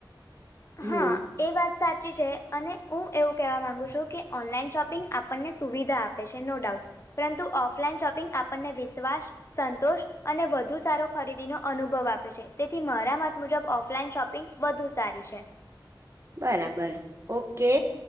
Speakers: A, on the left; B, on the right.
A: ત
B: હમ
A: હા. એ વાત સાચી છે અને હું એવું કહેવા માગું છું કે ઓનલાઈન શોપિંગ આપણને સુવિધા આપ પે છે નો ડાઉટ, પરંતુ ઓફલાઈન શોપિંગ આપણને વિશ્વાસ, સંતોષ અને વધુ સારો ખરીદીનો અનુભવ આપે છે તેથી મારા મત મુજબ ઓફલાઈન શોપિંગ વધુ સારી છે.
B: બરાબર ઓકે